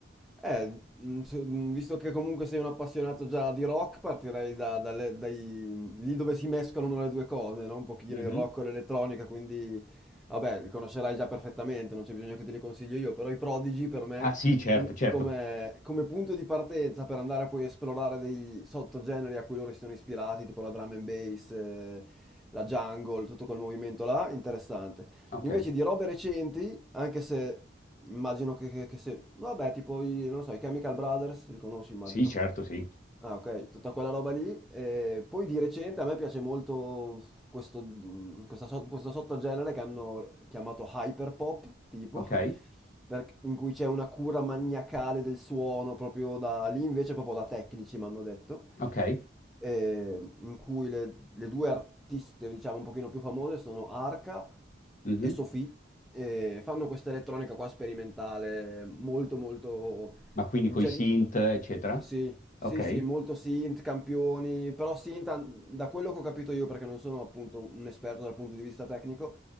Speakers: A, in the centre; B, on the left.
A: Eh, mh, se- mh, visto che comunque sei un appassionato già di rock, partirei da, dalle- dai, lì dove si mescolano le due cose, no? Un pochino
B: Mhm.
A: il rock e l'elettronica, quindi vabbè, li conoscerai già perfettamente, non c'è bisogno che te li consiglio io, però i Prodigy per me,
B: Ah sì, certo,
A: come,
B: certo.
A: come- come punto di partenza per andare a poi esplorare dei sottogeneri a cui loro si sono ispirati, tipo la drum and bass, eh, la jungle, tutto quel movimento là, interessante.
B: Ok.
A: Invece di robe recenti, anche se immagino che, che- che se... no, Vabbè, tipo, i, non lo so, i Chemical Brothers, li conosci, immagino.
B: Sì, certo, sì.
A: Ah, ok, tutta quella roba lì. E poi di recente a me piace molto questo, mh, questa so- questo sottogenere che hanno chiamato hyperpop, tipo,
B: Ok,
A: <laughs> per- in cui c'è una cura maniacale del suono, proprio da lì invece, proprio da tecnici, mi hanno detto,
B: ok.
A: e in cui le, le due artiste, diciamo, un pochino più famose sono Arca
B: Mhm.
A: e Sophie, e fanno questa elettronica qua sperimentale molto molto
B: Ma quindi
A: in
B: coi
A: cer-
B: synth, eccetera.
A: Sì, sì,
B: Ok.
A: sì, molto synth, campioni, però synth, an- da quello che ho capito io, perché non sono appunto un esperto dal punto di vista tecnico,